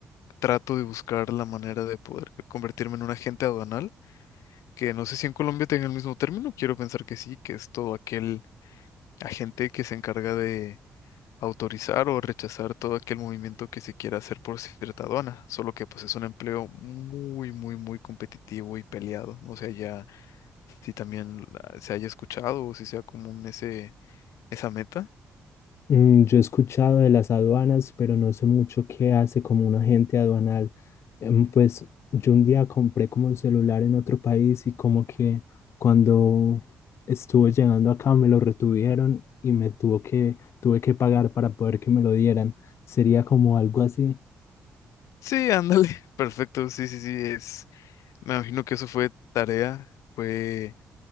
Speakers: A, on the left; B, on the left.
A: trato de buscar la manera de poder convertirme en un agente aduanal, que no sé si en Colombia tenga el mismo término, quiero pensar que sí, que es todo aquel agente que se encarga de autorizar o rechazar todo aquel movimiento que se quiera hacer por cierta aduana, solo que pues es un empleo muy, muy, muy competitivo y peleado, no sé ya si también la- se haya escuchado o si sea común ese, esa meta.
B: Mm, Yo he escuchado de las aduanas, pero no sé mucho qué hace como un agente aduanal. Em, Pues yo un día compré como un celular en otro país y como que cuando estuvo llegando acá me lo retuvieron y me tuvo que, tuve que pagar para poder que me lo dieran. Sería como algo así.
A: Sí, ándale, <laughs> perfecto, sí, sí, sí, es, me imagino que eso fue tarea, fue